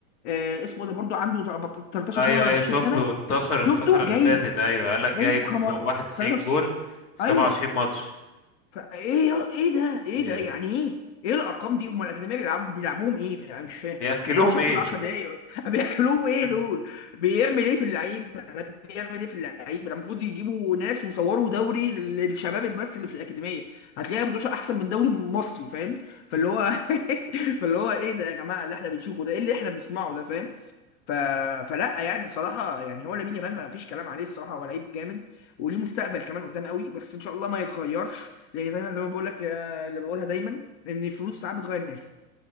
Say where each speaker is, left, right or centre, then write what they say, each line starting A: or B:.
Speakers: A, on the left; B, on the left.
A: آه اسمه ده برضو عنده 13
B: ايوه
A: سنه ولا 14
B: ايوه شفته
A: سنه
B: انتشر الفترة
A: شفته
B: اللي
A: جايب
B: فاتت ايوه قال لك
A: جايب
B: جايب
A: خم...
B: فوق 91
A: 63
B: جول في
A: ايوه
B: 27 ماتش
A: فايه يا- ايه ده ايه
B: هي
A: ده يعني ايه ايه الارقام دي هم الاجنبيه بيلعبوا بيلعبوهم ايه انا مش فاهم
B: ياكلوهم
A: الماتش المفروض
B: ايه
A: 10 دقايق <laughs> بياكلوه ايه
B: <laughs>
A: دول بيعمل ايه في اللعيبه ده بيعمل ايه في اللعيبه ده المفروض يجيبوا ناس ويصوروا دوري للشباب بس اللي في الاكاديميه هتلاقي مدوشه احسن من دوري مصري فاهم فاللي هو <laughs> فاللي هو ايه ده يا جماعه اللي احنا بنشوفه ده ايه اللي احنا بنسمعه ده فاهم ف... فلا يعني صراحة يعني هو لامين يامال ما فيش كلام عليه الصراحة هو لعيب جامد وليه مستقبل كمان قدام قوي بس ان شاء الله ما يتغيرش لان دايما زي ما بقول لك آه، اللي بقولها دايما ان الفلوس ساعات بتغير الناس